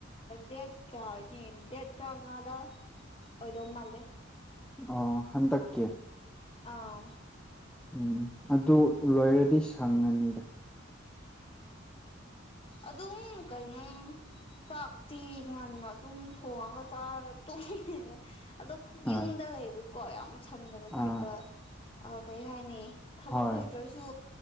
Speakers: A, on the left; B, in the centre.
A: ꯗꯦꯠ ꯀ꯭ꯔꯥꯅꯦ ꯗꯦꯠ ꯇꯔꯥ ꯉꯥꯗ ꯑꯣꯏꯗꯧ ꯃꯥꯜꯂꯦ
B: ꯑꯣ ꯍꯟꯗꯛꯀꯤꯦ
A: ꯑꯥ
B: ꯎꯝ ꯑꯗꯨ ꯂꯣꯏꯔꯗꯤ ꯁꯪꯉꯅꯤꯗ
A: ꯑꯗꯨꯝ ꯀꯩꯅꯣ ꯆꯥꯛꯇꯤ ꯉꯟꯅ ꯑꯗꯨꯝ ꯊꯣꯡꯉꯒ ꯆꯥꯔꯒ ꯇꯨꯝꯃ‌ꯦꯗ ꯑꯗꯣ
B: ꯍꯣꯏ
A: ꯌꯨꯝꯗ ꯂꯩꯕꯩ ꯀꯣ ꯌꯥꯝ ꯁꯪꯗꯕ ꯇꯥꯏꯞꯇ
B: ꯑꯥ
A: ꯀꯩ ꯍꯥꯏꯅꯤ ꯊꯕꯛ
B: ꯍꯣꯏ
A: ꯂꯩꯇ꯭ꯔꯁꯨ